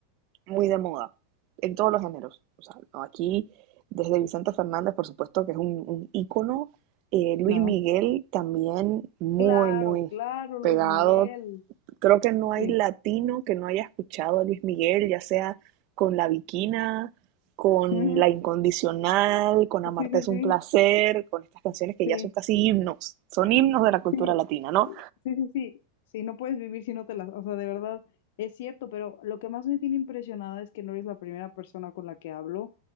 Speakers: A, on the right; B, on the left.
A: muy de moda, en todos los géneros. O sea, no, aquí, desde Vicente Fernández, por supuesto, que es un, un ícono. eh, Luis
B: Claro.
A: Miguel también muy,
B: Claro,
A: muy
B: claro, Luis
A: pegado.
B: Miguel.
A: Creo que no hay
B: Sí.
A: latino que no haya escuchado a Luis Miguel, ya sea con La Viquina, con
B: Ujú.
A: La Incondicional, con
B: Sí,
A: Amarte
B: sí,
A: es un
B: sí,
A: placer, con estas canciones que
B: sí.
A: ya son casi himnos, son himnos de la cultura
B: Sí,
A: latina, ¿no?
B: Sí, sí, sí, sí, no puedes vivir si no te las, o sea, de verdad es cierto, pero lo que más me tiene impresionada es que no eres la primera persona con la que hablo